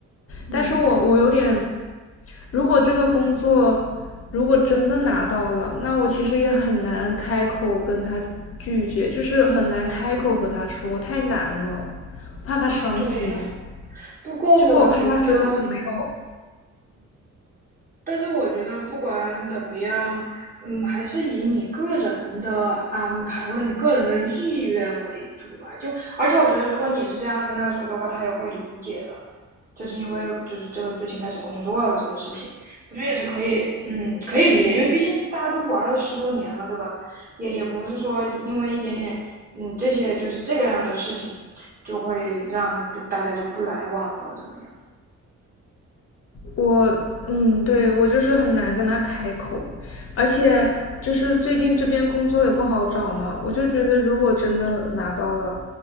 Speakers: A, on the right; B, on the left.
A: 嗯，
B: 但是我我有点，如果这个工作如果真的拿到了，那我其实也很难开口跟他拒绝，就是很难开口和他说，太难了，我怕他伤心，
A: 对呀。不过我觉得，
B: 就是我怕他觉得我没有。
A: 但是我觉得不管怎么样，嗯，还是以你个人的安排或者你个人的意愿为主吧。就而且我觉得，如果你是这样跟他说的话，他也会理解的。就是因为就是这个最近开始工作了这个事情，我觉得也是可以，嗯，可以理解，因为毕竟大家都玩了十多年了，对吧？也也不是说因为一点点，嗯，这些就是这个样的事情，就会让大家就不来往了或者怎么样。
B: 我嗯，对，我就是很难跟他开口，而且就是最近这边工作也不好找嘛，我就觉得如果真的拿到了，